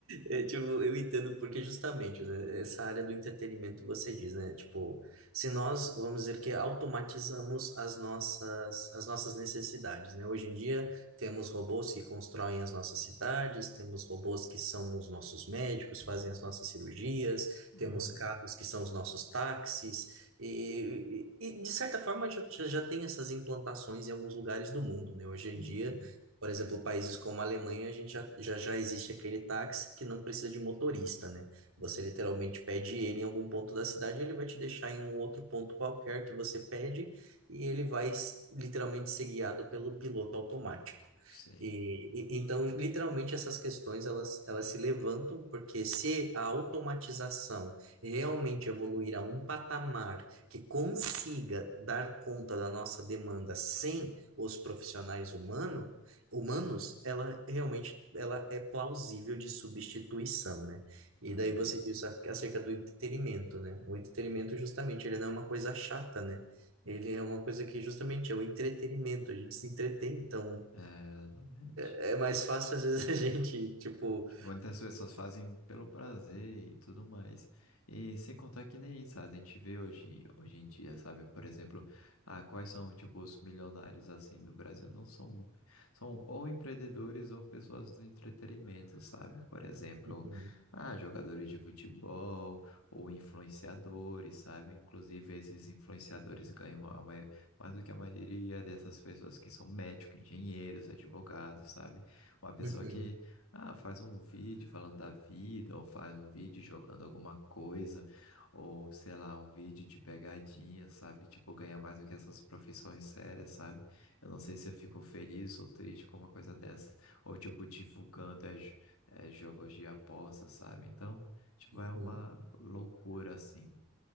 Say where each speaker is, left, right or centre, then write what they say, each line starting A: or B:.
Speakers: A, on the left; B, on the right.
A: Não.
B: É, tipo, eu entendo porque justamente, né, essa área do entretenimento você diz, né? Tipo, se nós, vamos dizer que automatizamos as nossas, as nossas necessidades, né? Hoje em dia temos robôs que constroem as nossas cidades, temos robôs que são os nossos médicos, fazem as nossas cirurgias,
A: Uhum.
B: temos carros que são os nossos táxis e, e e, de certa forma já, já já tem essas implantações em alguns lugares do mundo, né? Hoje em
A: Uhum.
B: dia por exemplo, países como a Alemanha, a gente já, já, já existe aquele táxi que não precisa de motorista, né?
A: Uhum.
B: Você literalmente pede ele em algum ponto da cidade, ele vai te deixar em um outro ponto qualquer que você pede e ele vai s- literalmente ser guiado pelo piloto automático.
A: Sei.
B: E, e- então, literalmente, essas questões elas, elas se levantam, porque se a automatização realmente evoluir a um patamar que consiga dar conta da nossa demanda sem os profissionais humano, humanos, ela realmente ela é plausível de substituição, né? E
A: Uhum.
B: daí você disse a- acerca do entretenimento, né? O entretenimento, justamente, ele não é uma coisa chata, né? Ele é uma coisa que justamente é o entretenimento, a gente se entretém, então.
A: É, exatamente.
B: É mais fácil, às vezes, <laughs> a gente, tipo.
A: Tipo, muitas pessoas fazem pelo prazer e tudo mais. E sem contar que nem isso, sabe? A gente vê hoje, hoje em dia, sabe? Por exemplo, ah, quais são, tipo, os milionários, assim, do Brasil? Não são... São ou empreendedores ou pessoas do entretenimento, sabe? Por exemplo,
B: Uhum,
A: ah, jogadores de futebol ou influenciadores, sabe? Inclusive, esses influenciadores ganham a mai- mais do que a maioria dessas pessoas que são médicos, engenheiros, advogados, sabe? Uma pessoa
B: uhum,
A: que ah, faz um vídeo falando da vida, ou faz um vídeo jogando alguma coisa, ou sei lá, um vídeo de pegadinha, sabe? Tipo, ganha mais do que essas profissões sérias, sabe? Eu não sei se eu fico feliz ou triste com uma coisa dessas, ou tipo, divulgando é, j- é, jogos de aposta, sabe? Então, tipo,
B: uhum.
A: é uma loucura assim,